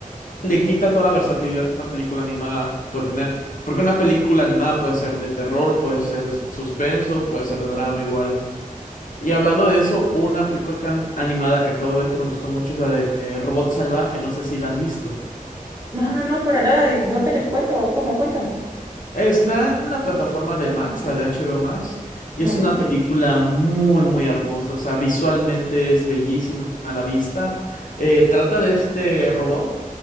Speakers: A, on the left; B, on the right.
A: le quita toda la versatilidad que una película animada puede tener, porque una película animada puede ser de terror, puede ser de suspenso, puede ser de drama igual. Y hablando de eso, una película can- animada que acabo de ver que me gustó mucho es la de eh, Robot Salvaje, no sé si la has visto.
B: No, no, no, para nada, eh, ¿dónde lo encuentro? ¿Cómo? Cuéntame.
A: Está en la plataforma de Max, la de HBO Max, y
B: Ok,
A: es una película muy, muy hermosa. O sea, visualmente es bellísima a la vista. Eh, trata de este robot